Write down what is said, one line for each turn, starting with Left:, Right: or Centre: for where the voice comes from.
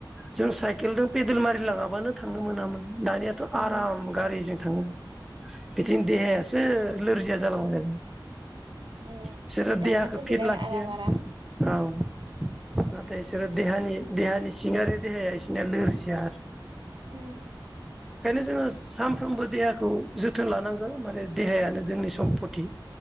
Centre: जों साइकेलजों पेदेल मारिलाङाबानो थांनो मोनामोन। दानियाथ आराम
Right: उम
Centre: गारिजों थाङो। बिदिनो
Right: उम
Centre: देहायासो लोरजिया जालांबाय थागोन।
Right: औ
Centre: बिसोरो
Right: दानाथ'
Centre: देहाखौ फिट
Right: बिराद
Centre: लाखिया,
Right: आराम आराम
Centre: औ। नाथाय इसोरो देहानि देहानि सिङारि देहाया इसोनिया लोरजिया आरो।
Right: होम
Centre: खायनो जोङो सानफ्रोमबो देहाखौ जोथोन लानांगो माने देहायानो जोंनि सम्पति